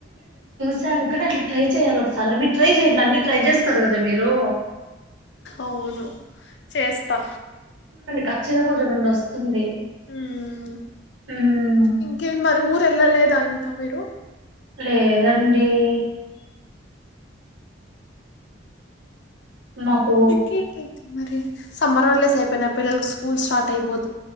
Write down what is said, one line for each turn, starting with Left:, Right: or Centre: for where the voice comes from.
Right: సార్ ఒకటి అట్లా ట్రై చేయాలి. ఒకసారి మీరు ట్రై చేయండి. అన్ని ట్రై చేస్తారు కదా మీరు రో
Left: అవును చేస్తా
Right: కచ్చితంగా చూడండి వస్తుంది
Left: హ్మ్
Right: మ్మ్
Left: ఇంకేం మర్ ఊరు ఎల్లాలేదా ఇంకా మీరు
Right: లేదండి టీ మాకు
Left: ఇంకేంటండి మరి సమ్మర్ హాలిడేస్ అయిపోయినాయ్ పిల్లలకు స్కూల్ స్టార్ట్ అయిపోతు